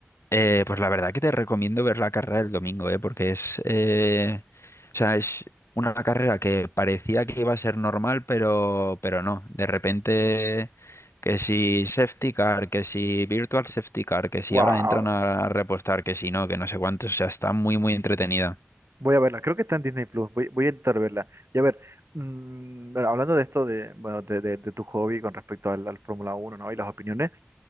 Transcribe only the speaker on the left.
eh, pues la verdad que te recomiendo ver la carrera del domingo, eh, porque es, eh, o sea, es una carrera que parecía que iba a ser normal, pero, pero no. De repente, que si safety car, que si virtual safety car, que si
ahora entran a repostar, que si no, que no sé cuántos, o sea, está muy, muy entretenida.